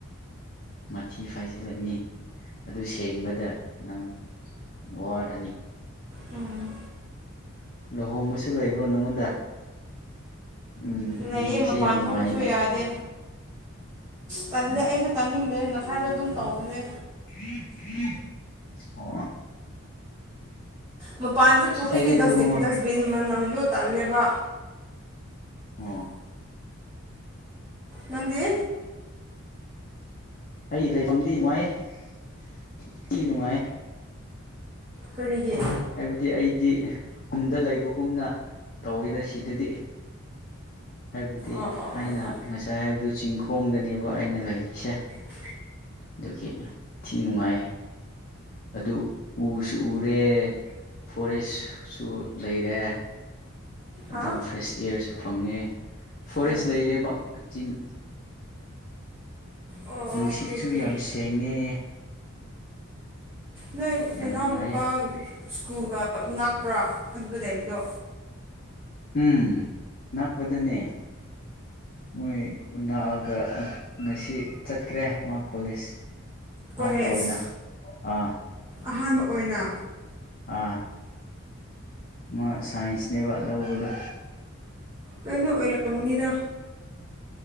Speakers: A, on the left; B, on the right.
A: ꯃꯊꯤ ꯐꯥꯏꯖꯤꯜꯂꯅꯤ ꯑꯗꯨ ꯁꯦꯡꯕꯗ ꯅꯪ ꯋꯥꯔꯅꯤ
B: ꯎꯝ
A: ꯂꯨꯍꯣꯡꯕꯁꯨ ꯂꯩꯕ꯭ꯔꯣ ꯅꯪꯉꯣꯟꯗ ꯎꯝ
B: ꯂꯩꯌꯦ
A: ꯍꯧꯖꯤꯛꯁꯤꯦ
B: ꯃꯄꯥꯟ
A: ꯌꯥꯝ ꯅꯨꯡꯉꯥꯏꯅꯦ
B: ꯊꯣꯛꯄꯁꯨ ꯌꯥꯗꯦ ꯇꯜꯂꯦ
A: ꯎꯝ
B: ꯑꯩꯁꯨ ꯇꯥꯅꯤꯡꯗꯦ ꯉꯁꯥꯏꯁꯨ ꯑꯗꯨꯝ ꯇꯧꯕꯅꯦ
A: <unintelligible>
B: ꯃꯄꯥꯟꯁꯨ ꯊꯣꯛꯅꯤꯡꯉꯤ
A: ꯑꯩꯗꯤ ꯑꯗꯨꯒꯨꯝꯕ
B: ꯗꯁꯕꯤꯟ ꯃ ꯅꯝꯂꯣ ꯇꯜꯂꯦꯕ
A: ꯑ꯫
B: ꯅꯗꯤ꯫
A: ꯑꯩ ꯂꯩꯐꯝꯗꯤ ꯅꯨꯡꯉꯥꯏꯤ ꯅꯨꯡꯉꯥꯏ꯫
B: ꯀꯔꯤꯒꯤ꯫
A: ꯍꯥꯏꯕꯗꯤ ꯑꯩꯗꯤ ꯀꯨꯝꯗ ꯂꯩꯕꯒꯨꯝꯅ ꯇꯧꯋꯦꯗ ꯁꯤꯗꯗꯤ꯫ ꯍꯥꯏꯕꯗꯤ
B: ꯑꯣ
A: ꯑꯩꯅ
B: ꯑꯣ ꯑꯣ ꯑꯣ
A: ꯉꯁꯥꯏ ꯍꯥꯏꯕꯗꯨ ꯆꯤꯡꯈꯣꯡꯗꯅꯦꯕ ꯑꯩꯅ ꯂꯩꯔꯤꯁꯦ꯫
B: ꯫
A: ꯑꯗꯨꯒꯤ ꯊꯤ ꯅꯨꯡꯉꯥꯏ ꯑꯗꯨ ꯎꯁꯨ ꯎꯔꯦ꯫ ꯐꯣꯔꯦꯁꯁꯨ ꯂꯩꯔꯦ
B: ꯍꯥ
A: ꯑꯗꯨꯝ ꯐ꯭ꯔꯦꯁ ꯏꯌꯥꯔꯁꯨ ꯐꯪꯉꯦ ꯐꯣꯔꯦꯁ
B: ꯑꯣ
A: ꯂꯩꯔꯦꯕ ꯆꯤꯡ
B: ꯑꯣ
A: ꯅꯨꯡꯁꯤꯠꯁꯨ
B: ꯑꯣꯀꯦ ꯑꯣꯀꯦ
A: ꯌꯥꯝ ꯁꯦꯡꯉꯦ
B: ꯅꯣꯏ ꯅꯅꯥꯎ
A: ꯌꯥꯝ ꯅꯨꯡꯉꯥꯏꯌꯦ
B: ꯅꯨꯄꯥ ꯁ꯭ꯀꯨꯜꯒ ꯥꯛꯄ꯭ꯔꯥ ꯑꯗꯨꯗ ꯂꯩꯕꯗꯣ
A: ꯎꯝ ꯅꯛꯄꯗꯅꯦ ꯃꯣꯏꯑ ꯑꯗꯨꯒ ꯉꯁꯤ ꯆꯠꯈ꯭ꯔꯦ ꯃꯥ ꯀꯣꯂꯦꯖ ꯑꯍꯥꯟꯕ
B: ꯀꯣꯂꯦꯖ
A: ꯑꯣꯏꯅ ꯑꯥ
B: ꯑꯍꯥꯟꯕ ꯑꯣꯏꯅ
A: ꯑꯥ ꯃꯥ ꯁꯥꯏꯟꯁꯅꯦꯕ ꯂꯧꯕꯗꯣ
B: ꯀꯩꯅꯣ ꯑꯣꯏꯔꯝꯃꯨꯅꯤꯗ